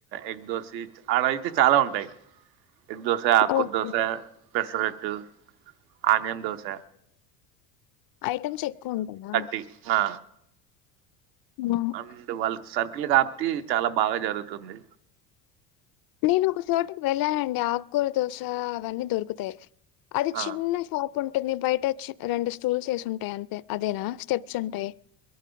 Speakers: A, on the right; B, on the left.
A: ఎగ్ దోసి అడైతే చాలా ఉంటాయి. ఎగ్ దోస, ఆకుర్
B: okay
A: dosa, pesarattu, onion dosa
B: items ఎక్కువ ఉంటాందా.
A: ఇ ఆ
B: హ్మ్.
A: అండ్ వాళ్ళకి సర్కిల్ కాబట్టి, చాలా బాగా జరుగుతుంది.
B: నేను ఒక సోటికి వెళ్ళానండి ఆకూర దోస అవన్నీ దొరుకుతాయి అది
A: ఆ
B: చిన్నషాప్ పున్ ఉంటుంది బయట చ్చి రెండు స్టూల్స్ ఏసి ఉంటాయి అంతే అదేనా స్టెప్స్ ఉంటాయి.